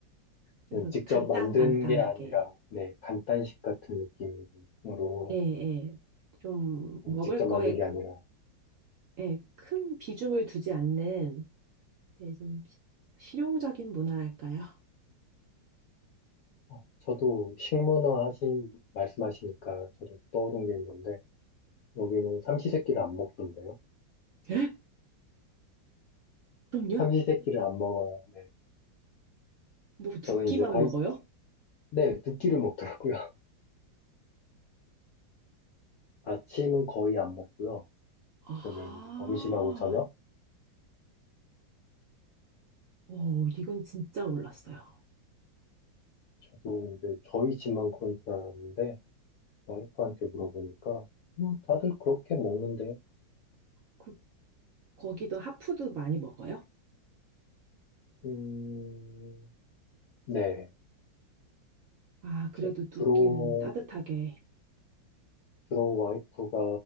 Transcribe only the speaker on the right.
그래서
간단간단하게.
예, 예. 좀 먹을
거에
그
예, 큰 비중을 두지 않는 예, 좀 시- 실용적인 문화랄까요?
예? 그럼요?
뭐 두
끼만
먹어요?
아,
오, 이건 진짜 몰랐어요.
그, 거기도 핫푸드 많이 먹어요?
아, 그래도
두
끼는 따뜻하게.